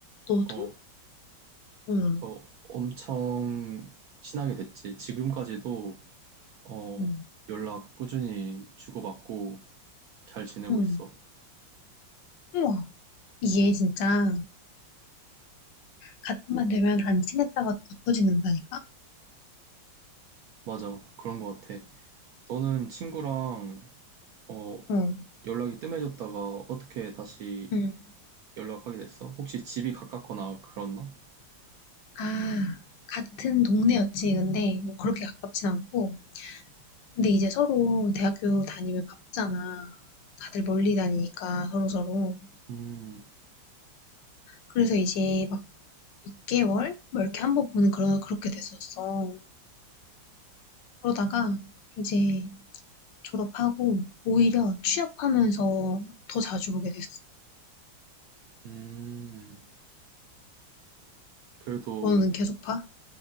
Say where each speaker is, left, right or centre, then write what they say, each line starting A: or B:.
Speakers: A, on the left; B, on the right.
A: 너도?
B: 어,
A: 응,
B: 그래서 엄청 친하게 됐지. 지금까지도, 어,
A: 응,
B: 연락 꾸준히 주고받고 잘 지내고
A: 응.
B: 있어.
A: 우와, 이게 진짜 같은 반 되면 안 친했다가도 붙어지는다니까?
B: 맞아, 그런 거 같아. 너는 친구랑, 어,
A: 응,
B: 연락이 뜸해졌다가 어떻게 다시
A: 응.
B: 연락하게 됐어? 혹시 집이 가깝거나 그렇나?
A: 아, 같은 동네였지. 근데 뭐 그렇게 가깝진 않고. 근데 이제 서로 대학교 다니면 바쁘잖아. 다들 멀리 다니니까 서로서로.
B: 음,
A: 그래서 이제 막 6개월? 뭐 이렇게 한 번 보는 그런, 그렇게 됐었어. 그러다가 이제 졸업하고 오히려 취업하면서 더 자주 보게 됐어.
B: 음, 그래도
A: 너는 계속 봐?